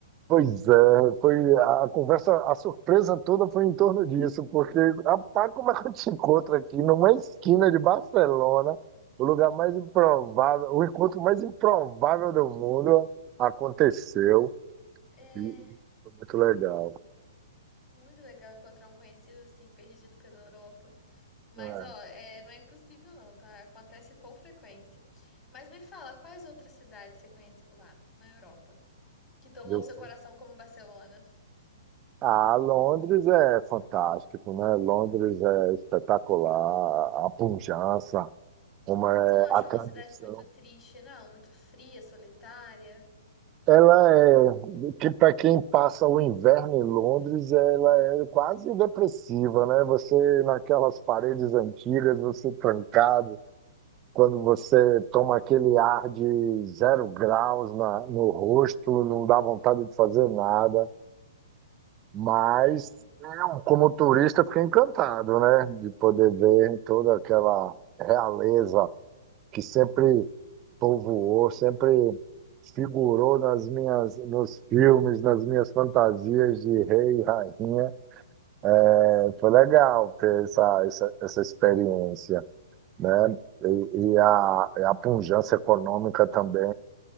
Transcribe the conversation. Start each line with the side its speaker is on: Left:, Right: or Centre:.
Right: Pois é, foi a conversa, a surpresa toda foi em torno disso, porque rapaz, como é que eu te encontro aqui numa esquina de Barcelona, o lugar mais improvável, o encontro mais improvável do mundo aconteceu
Left: É
Right: e e foi muito legal.
Left: muito legal encontrar um conhecido assim, perdido pela Europa. Mas,
Right: É,
Left: ó, é, não é impossível não, tá? Acontece com frequência. Mas me fala, quais outras cidades você conhece lá, na Europa, que tomou
Right: eu
Left: seu
Right: fui-
Left: coração como Barcelona?
Right: Ah, Londres é fantástico, né? Londres é espetacular, a pujança, como é
Left: Você não achou
Right: a tradição.
Left: uma cidade muito triste, não? Muito fria, solitária?
Right: Ela é, que para quem passa o inverno em Londres, ela é quase depressiva, né? Você naquelas paredes antigas, você trancado, quando você toma aquele ar de zero graus na, no rosto, não dá vontade de fazer nada. Mas
Left: Me imagino.
Right: eu, como turista, fiquei encantado, né? De poder ver toda aquela realeza que sempre povoou, sempre figurou nas minhas, nos filmes, nas minhas fantasias de rei e rainha. É, foi legal ter essa, essa, essa experiência, né? E, e a, a pujança econômica também